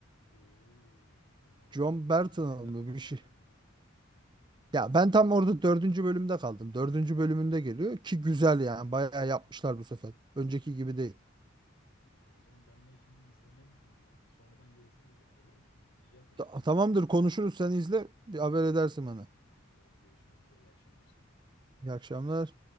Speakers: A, on the left; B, on the right.
A: Oo, ona bakarım.
B: John Bertin'ın
A: Sahnelerine
B: mı
A: falan
B: bir şey.
A: bakarım belki.
B: Ya ben tam orada dördüncü bölümde kaldım. Dördüncü bölümünde geliyor ki güzel yani. Bayağı yapmışlar bu sefer. Önceki gibi değil.
A: Vallahi o zaman ben ona şimdi izlemeye gideyim ya. Sonradan görüşürüz o zaman olur mu? İyi hatırlattın
B: Ta- tamamdır
A: bak öyle
B: konuşuruz
A: bir diziyi.
B: sen izle.
A: Tamamdır.
B: Bir haber edersin bana.
A: Tamamdır hadi görüşmek üzere. İyi akşamlar.
B: İyi akşamlar.